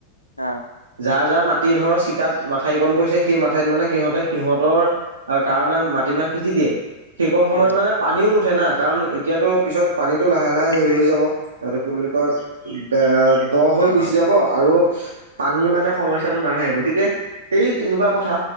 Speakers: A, on the left; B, on the right.
A: অঁ
B: যাৰ যাৰ মাটি ধৰ চিতাত মাথাইকণ পৰিছে সেই মাথাইত মানে সিহঁতে সিহঁতৰ কাৰণে মাটিমাহ সিচি দিয়ে সেইকন সময়ত
A: উম
B: মানে পানীও নুঠে না কাৰণ এতিয়াতো পিছত পানীতটো লাহে লাহে
A: সেইটোৱে
B: হেৰি হৈ যাব আৰু কি বুলি কয় বে দ হৈ
A: অ
B: গুচি
A: অ
B: যাব আৰু পানী মানে সমস্যাটো নাহে গতিকে সেই তেনেকুৱা কথা